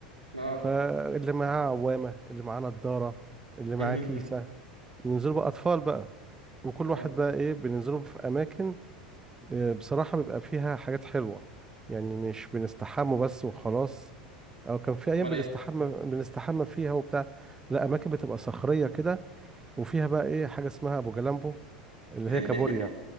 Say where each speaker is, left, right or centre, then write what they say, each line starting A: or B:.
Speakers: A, on the right; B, on the right.
A: اه
B: فاللي معاه عوامة اللي معاه نضارة اللي معاه
A: <laughs>
B: كيسة ننزلوا بقى اطفال بقى وكل
A: اه
B: واحد بقى ايه بننزله في اماكن آه، بصراحة بيبقى فيها حاجات حلوة يعني مش بنستحمى بس وخلاص او كان في ايام
A: امال
B: بنستحمى
A: ايه
B: بنستحمى فيها وبتاع لا اماكن بتبقى صخرية كده وفيها بقى ايه حاجة اسمها ابو جلامبو اللي
A: <laughs>
B: هي كابوريا